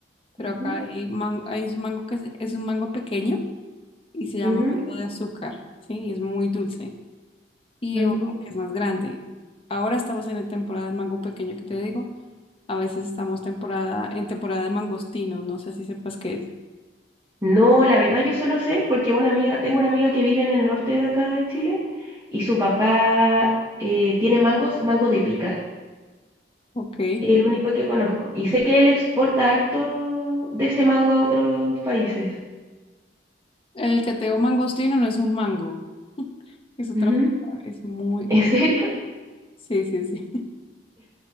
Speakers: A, on the left; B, on the right.
A: pero acá
B: ujú.
A: hay mango, hay un mango que es, es un mango pequeño y se llama
B: Ujú.
A: mango de azúcar, ¿sí? Y es muy dulce. y
B: Mm.
A: uno que es más grande. Ahora estamos en la temporada del mango pequeño que te digo. A veces estamos temporada, en temporada de mangostino. No sé si sepas qué es.
B: No, la verdad yo solo sé porque una amiga, tengo una amiga que vive en el norte de acá de Chile y su papá eh, tiene mangos, mango de pica,
A: Ok.
B: el único que conozco. Y sé que él exporta harto de ese mango a otros países.
A: El cateo mangostino no es un mango. <laughs> Es otra
B: Ujú.
A: fruta. Es muy,
B: ¿En
A: muy-
B: serio?
A: Sí, sí, sí. <laughs>